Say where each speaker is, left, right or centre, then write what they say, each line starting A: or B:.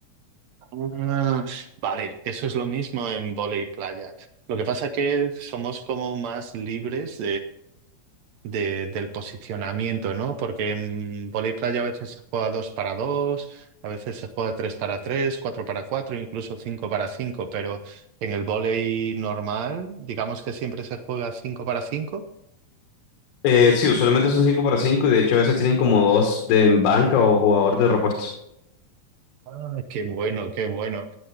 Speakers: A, on the right (about 75°); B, on the left (about 90°).
A: Ah, vale, eso es lo mismo en vóley playa. Lo que pasa es que somos como más libres de- del posicionamiento, ¿no? Porque en vóley playa a veces se juega dos para dos, a veces se juega tres para tres, cuatro para cuatro, incluso cinco para cinco, pero en el vóley normal, digamos que siempre se juega cinco para cinco.
B: Eh, sí, usualmente son 5 para cinco y de hecho a veces tienen como dos de en banca o jugador de repuesto.
A: Ah, qué bueno, qué bueno.